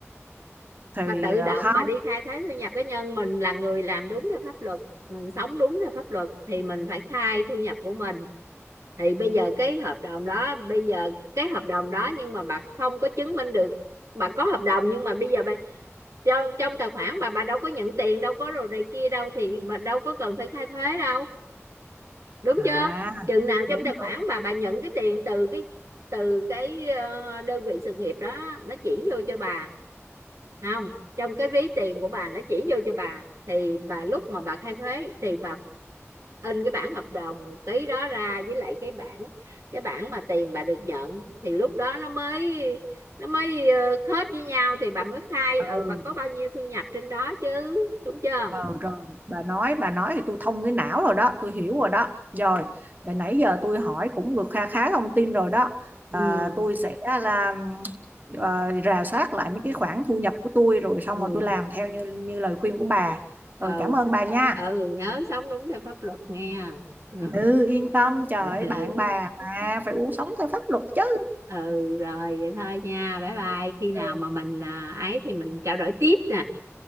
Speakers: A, on the right (about 35°); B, on the right (about 90°).
A: thì
B: bà tự
A: ờ,
B: động
A: không
B: bà đi khai thuế thu nhập cá nhân mình là người làm đúng theo pháp luật mình sống đúng theo pháp luật thì mình phải khai thu nhập của mình thì bây giờ cái hợp đồng đó bây giờ cái hợp đồng đó nhưng mà bà không có chứng minh được bà có hợp đồng nhưng mà bây giờ bà trong trong tài khoản bà bà đâu có nhận tiền đâu có đồ này kia đâu thì mà đâu có cần phải khai thuế đâu đúng
A: à
B: chưa chừng nào
A: đúng
B: trong tài khoản bà bà nhận cái tiền từ cái từ cái ờ, đơn vị sự nghiệp đó nó chuyển vô cho bà không trong cái ví tiền của bà nó chuyển vô cho bà thì bà lúc mà bà khai thuế thì bà in cái bản hợp đồng ký đó ra với lại cái bản cái bản mà tiền bà được nhận thì lúc đó nó mới nó mới ờ, khớp với nhau thì bà mới khai
A: ừ
B: ừ bà có bao nhiêu thu nhập trên đó chứ đúng chưa
A: ừ rồi bà nói bà nói thì tôi thông cái não rồi đó tôi hiểu rồi đó rồi để nãy giờ tôi hỏi cũng được kha khá thông tin rồi đó
B: ừ
A: à, tôi sẽ làm à, rà soát lại mấy cái khoản thu nhập của tôi rồi xong
B: ừ
A: rồi tôi làm theo như như lời khuyên của bà
B: ừ
A: rồi cảm ơn
B: s-
A: bà nha
B: ừ nhớ sống đúng theo pháp luật nghe ừ
A: ừ yên tâm trời ơi,
B: Ừ.
A: bạn bà mà
B: <laughs>
A: phải uống sống theo pháp luật chứ
B: Ừ, rồi vậy thôi nha bye bye khi nào
A: ừ
B: mà mình à, ấy thì mình trao đổi tiếp nè